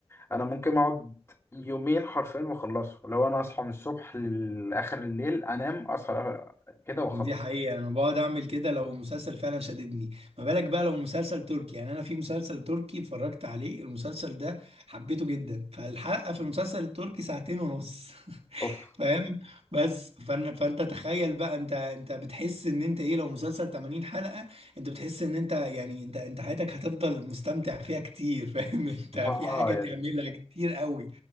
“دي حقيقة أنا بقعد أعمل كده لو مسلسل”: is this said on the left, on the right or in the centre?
Right